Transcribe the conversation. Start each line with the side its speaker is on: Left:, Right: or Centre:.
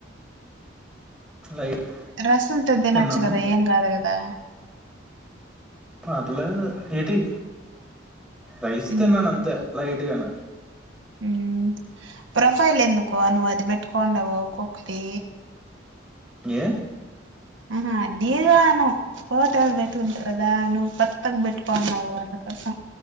Centre: లైట్
Right: రసంతో తినచ్చు
Centre: తిన్నాను
Right: కదా ఏం కాదు కదా
Centre: పర్లే ఏటి రైస్
Right: మ్మ్
Centre: తిన్నాను అంతే లైట్గాన
Right: ఉ ప్రొఫైల్ ఎందుకు నువ్వు అది పెట్టుకోండవు కుక్కది
Centre: ఏ
Right: ఆహా దీగాను హోటల్ బేట్కుంటారుగదా నువు కోత్తగ బెట్టుకకోనౌ అందకోసం